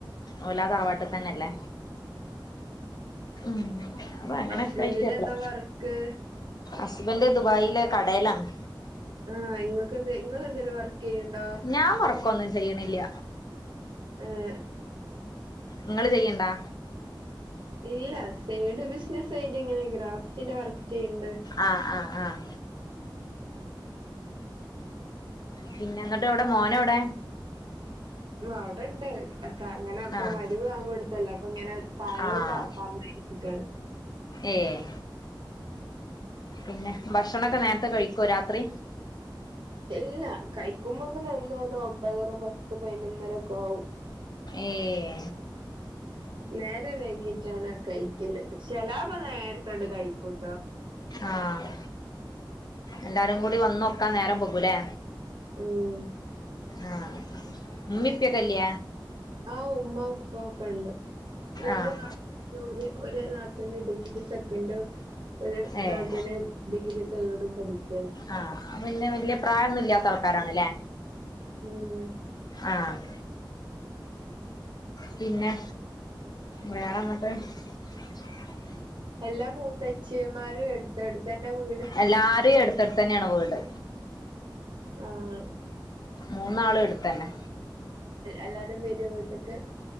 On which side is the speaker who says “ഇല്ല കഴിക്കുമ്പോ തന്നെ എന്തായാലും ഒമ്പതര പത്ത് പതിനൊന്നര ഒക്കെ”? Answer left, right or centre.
Right